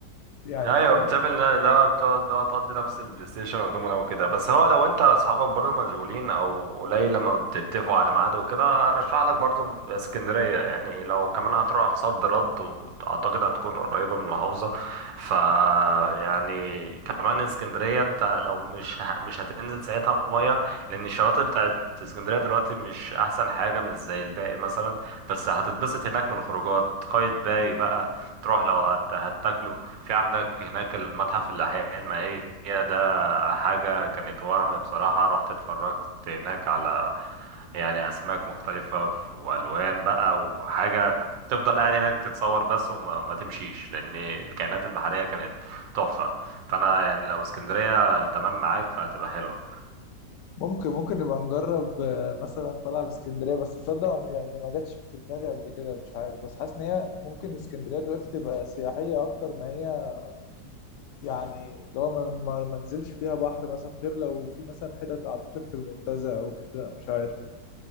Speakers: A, on the left (about 75°); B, on the right (about 85°).
A: يعني
B: ايوه
A: فاهم
B: بتعمل لا بتقعد بقى وتقضي نفس البلاي ستيشن والدومنا وكده بس هو لو انت اصحابك برضو مشغولين او قليل لما بتتفقوا على ميعاد وكده ارشح لك برضو اسكندريه يعني لو كمان هتروح صد رد واعتقد هتكون قريبه من المحافظه ف يعني كمان اسكندريه انت لو مش ه... مش هتنزل ساعتها ميه لان الشواطئ بتاعت اسكندريه دلوقتي مش احسن حاجه مش زي الباقي مثلا بس هتتبسط هناك من الخروجات قايتباي بقى تروح لو هت... هتاكلوا في عندك هناك المتحف الأحياء المائية ده حاجة كانت وهم بصراحة رحت اتفرجت هناك على يعني أسماك مختلفة ف- وألوان بقى وحاجة تفضل قاعد هناك تتصور بس وما ما تمشيش لأن الكائنات البحرية كانت تحفة فأنا يعني لو اسكندرية تمام معاك فهتبقى حلوة
A: ممكن ممكن نبقى نجرب آه، مثلا طلع الاسكندرية بس تصدق يعني ما جاتش في دماغي قبل كده مش عارف بس حاسس إن هي ممكن اسكندرية دلوقتي تبقى سياحية أكتر ما هي يعني لو ما ما ما نزلش فيها بحر مثلا غير لو في مثلا حتت اعتقد في المنتزه او كده مش عارف